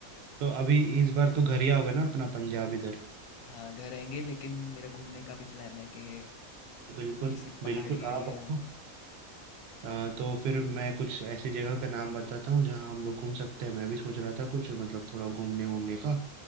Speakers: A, on the right; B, on the left.
A: तो अभी इस बार तो घर ही आओगे ना अपना पंजाब इधर
B: हाँ घर आएंगे लेकिन मेरा घूमने का भी प्लान है कि
A: बिल्कुल
B: किसी पहाड़ी
A: बिल्कुल
B: एरिया
A: आप आओ
B: में
A: आ, तो फिर मैं कुछ ऐसी जगह का नाम बताता हूँ जहाँ हम लोग घूम सकते हैं मैं भी सोच रहा था कुछ मतलब थोड़ा घूमने वूमने का